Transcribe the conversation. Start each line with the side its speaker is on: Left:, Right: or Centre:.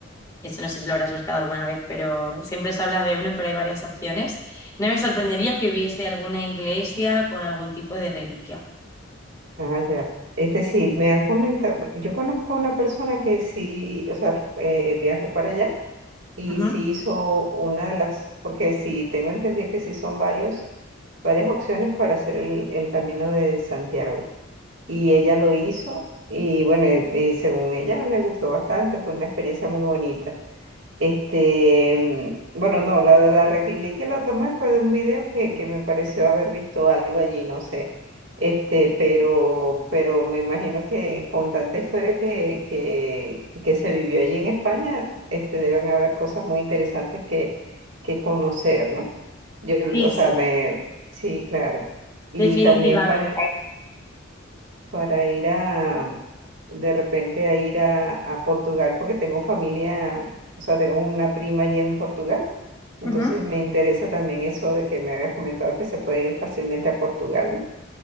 Left: eso no sé si lo habrás buscado alguna vez, pero siempre se habla de uno, pero hay varias opciones. No me sorprendería que hubiese alguna iglesia con algún tipo de reliquia.
Right: ah, ya. Este sí, me han comentado, yo conozco una persona que sí, o sea, eh, viajó para allá Y
Left: Ujú.
Right: si hizo una de las, porque sí, tengo entendido que sí son varios, varias opciones para hacer el, el camino de Santiago. Y ella lo hizo y bueno, y, y según ella le gustó bastante, fue una experiencia muy bonita. Este, mm, bueno, no, la de la reglí que la tomé fue de un video que, que me pareció haber visto algo allí, no sé. Este, pero, pero me imagino que con tanta historia que, que, que se vivió allí en España, este, deben haber cosas muy interesantes que, que conocer, ¿no? Yo,
Left: Sí,
Right: o
Left: sí,
Right: sea, me, sí, claro. Y
Left: definitivamente.
Right: también para, para ir a, de repente a ir a, a Portugal, porque tengo familia, o sea, tengo una prima allí en Portugal. Entonces
Left: Ujú.
Right: me interesa también eso de que me habías comentado que se puede ir fácilmente a Portugal, ¿no?